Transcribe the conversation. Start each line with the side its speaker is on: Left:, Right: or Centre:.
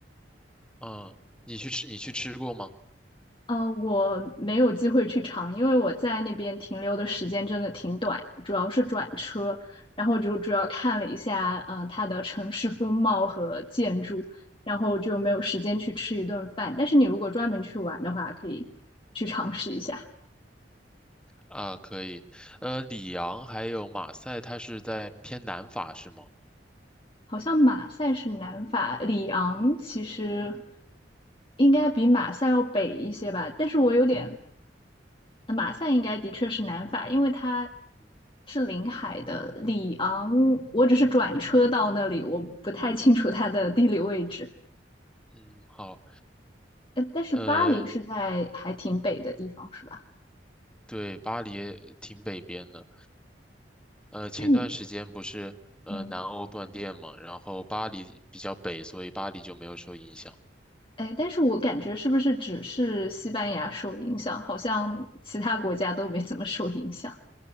Centre: 啊，你去吃你去吃过吗？
Left: 呃，我没有机会去尝，因为我在那边停留的时间真的挺短，主要是转车，然后就主要看了一下，嗯、呃它的城市风貌和建筑，然后就没有时间去吃一顿饭。但是你如果专门去玩的话，可以去尝试一下。
Centre: 啊，可以。呃，里昂还有马赛，它是在偏南法是吗？
Left: 好像马赛是南法，里昂其实应该比马赛要北一些吧，但是我有点马赛应该的确是南法，因为它
Centre: 嗯
Left: 是临海的。里昂，我只是转车到那里，我不太清楚它的地理位置。
Centre: 嗯，好。
Left: 呃，但是巴黎是在还挺北的地方，
Centre: 呃，
Left: 是吧？
Centre: 对，巴黎也挺北边的。呃，前段时间不是呃南欧断电嘛，
Left: 那你，嗯，
Centre: 然后巴黎比较北，所以巴黎就没有受影响。
Left: 哎，但是我感觉是不是只是西班牙受影响，好像其他国家都没怎么受影响？